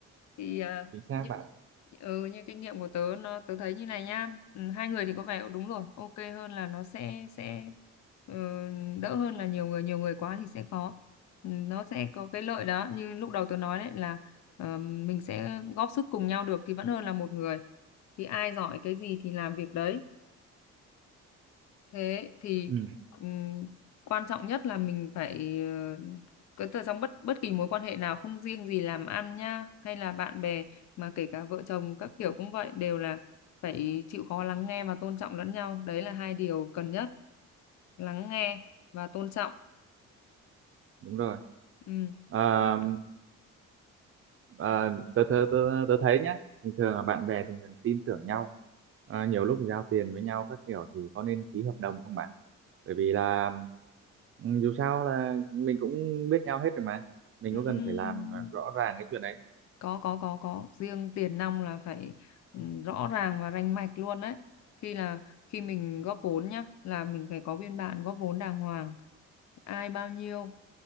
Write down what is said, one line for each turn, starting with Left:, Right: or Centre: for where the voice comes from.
Left: Thì à,
Right: Chính xác
Left: như
Right: bạn. ạ.
Left: ừ, như kinh nghiệm của tớ nó tớ thấy như này nhá. Ừ, hai người thì có vẻ đúng rồi, ok hơn là nó sẽ sẽ ừ, đỡ hơn là nhiều người nhiều người quá thì sẽ khó. Ừ, nó sẽ có cái lợi đó như lúc đầu tớ nói đấy là Ờ, mình sẽ góp sức cùng nhau được thì vẫn hơn là một người thì ai giỏi cái gì thì làm việc đấy thế thì
Right: Ừ,
Left: ừm, quan trọng nhất là mình phải ờ, cái từ trong bất bất kỳ mối quan hệ nào không riêng gì làm ăn nhá hay là bạn bè mà kể cả vợ chồng các kiểu cũng vậy đều là phải chịu khó lắng nghe và tôn trọng lẫn nhau đấy là hai điều cần nhất lắng nghe và tôn trọng
Right: đúng rồi.
Left: Ừm.
Right: À, à, tớ, tớ, tớ, tớ thấy nhá, thường thường là bạn bè thường thường tin tưởng nhau. À, nhiều lúc giao tiền với nhau các kiểu thì có nên ký hợp đồng không bạn? Bởi vì là ừ, dù sao là mình cũng biết nhau hết rồi mà. Mình có cần
Left: Ừm,
Right: phải làm à, rõ ràng cái chuyện đấy
Left: có có có có riêng tiền nong là phải ừ, rõ ràng và rành mạch luôn đấy khi là khi mình góp vốn nhá là mình phải có biên bản góp vốn đàng hoàng ai bao nhiêu